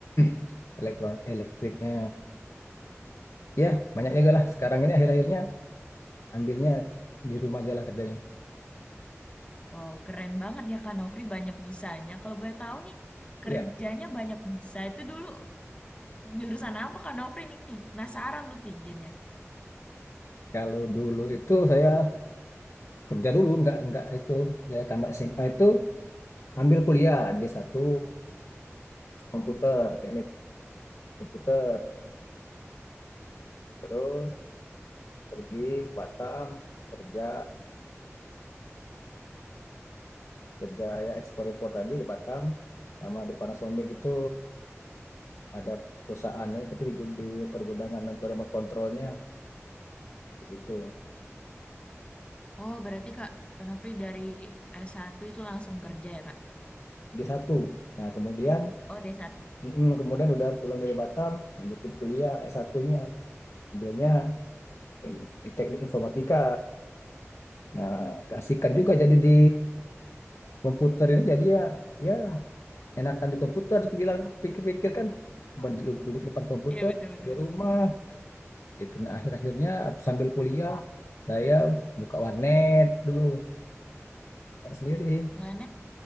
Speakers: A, on the left; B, on the left.
A: <clears throat> elektron elektriknya ya banyaknya gak lah sekarang ini akhir-akhirnya ambilnya di rumah aja lah kerjanya
B: Wow, keren banget ya Kak Nofri, banyak bisanya. Kalau boleh tahu nih, kerjanya
A: ya
B: banyak bisa. Itu dulu jurusan apa Kak Nofri nih? Penasaran Lutfi jadinya.
A: Kalau dulu itu saya kerja dulu, nggak nggak itu saya tambah SMA itu ambil kuliah di satu komputer teknik komputer, terus pergi ke Batam kerja kerja ya ekspor impor tadi di Batam sama di Panasonic itu ada perusahaannya tapi di, di pergudangan untuk remote kontrolnya gitu
B: Oh, berarti Kak, Kak Nofri dari S1 itu langsung kerja ya Kak?
A: di satu. Nah kemudian
B: Oh, D1.
A: mm, kemudian udah pulang dari Batam lanjutin kuliah S1-nya ambilnya
B: Hmm,
A: teknik, teknik informatika Nah, keasikan juga jadi di komputer ini jadi ya ya enakan di komputer dibilang pikir-pikir kan duduk, duduk depan komputer
B: Iya, betul-betul.
A: di rumah gitu. Nah, akhir-akhirnya sambil kuliah saya buka warnet dulu sendiri
B: Planet